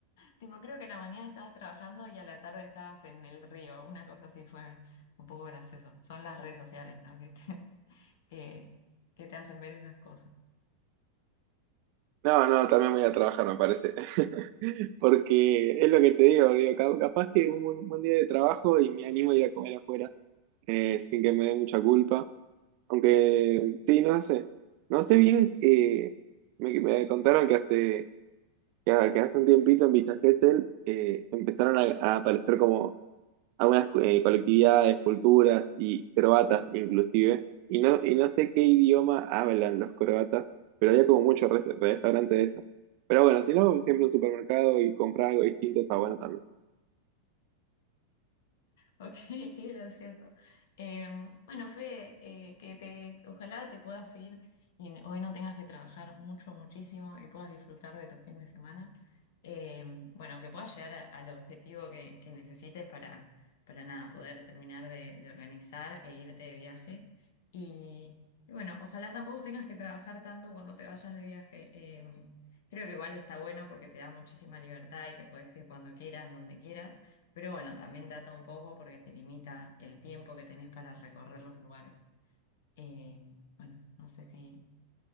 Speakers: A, on the left (about 55°); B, on the right (about 45°).
A: Tipo, creo que a la mañana estabas trabajando y a la tarde estabas en el río. Una cosa así fue un poco gracioso. Son las redes sociales, ¿no? Que te, <laughs> que, que te hacen ver esas cosas.
B: No, no, también voy a trabajar, me parece. <laughs> Porque es lo que te digo, digo, ca- capaz que un buen, buen día de trabajo y me animo a ir a comer afuera, eh, sin que me dé mucha culpa. Aunque, sí, no sé. No sé bien, eh, me, me contaron que hace, que, que hace un tiempito en Villa Gesell eh, empezaron a, a aparecer como algunas eh, colectividades, culturas y croatas inclusive, y no, y no sé qué idioma hablan los croatas, pero había como muchos restaurantes de eso. Pero bueno, si no, siempre un supermercado y comprar algo distinto está bueno también.
A: Ok, <laughs> qué gracioso. Eh, bueno, Fede, eh, que te, ojalá te puedas ir y n- hoy no tengas que trabajar mucho, muchísimo y puedas disfrutar de tu fin de semana. Eh, bueno, que puedas llegar a- al objetivo que, que necesites para, para nada, poder terminar de, de organizar e irte de viaje. Y, y bueno, ojalá tampoco tengas que trabajar tanto cuando te vayas de viaje. Eh, creo que igual está bueno porque te da muchísima libertad y te puedes ir cuando quieras, donde quieras. Pero bueno, también trata un poco porque te limita el tiempo que tenés para recorrer los lugares. Eh, bueno, no sé si,